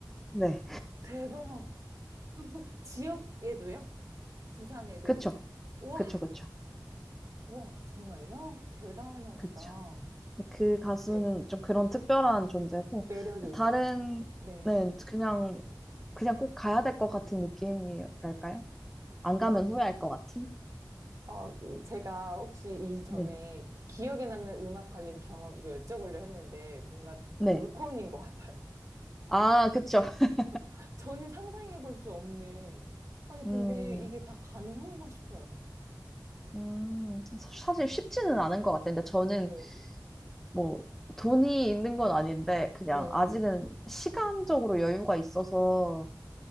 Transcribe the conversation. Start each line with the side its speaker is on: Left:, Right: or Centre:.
Centre: 네
Right: 대박. 지역에도요? 부산에도.
Centre: 그렇죠
Right: 와,
Centre: 그렇죠 그렇죠
Right: 와, 정말요? 대단하시다.
Centre: 그렇죠 그 가수는
Right: 네,
Centre: 좀 그런 특별한 존재고
Right: 매력이 있어서.
Centre: 다른
Right: 네.
Centre: 네 그냥 그냥 꼭 가야 될 것 같은 느낌이랄까요? 안 가면 후회할 것 같은?
Right: 아, 제가 혹시 이전에
Centre: 네.
Right: 기억에 남는 음악 관련 경험 이거 여쭤보려 했는데 뭔가
Centre: 네.
Right: 그 올콘인 것 같아요.
Centre: 아, 그쵸. <laughs>
Right: <laughs> 저는 상상해 볼 수 없는, 아니, 근데
Centre: 음,
Right: 이게 다 가능한가 싶어요.
Centre: 음, 사- 사실 쉽지는 않은 것 같아요. 근데 저는
Right: 네,
Centre: 뭐 돈이 있는 건 아닌데 그냥
Right: 네,
Centre: 아직은 시간적으로 여유가 있어서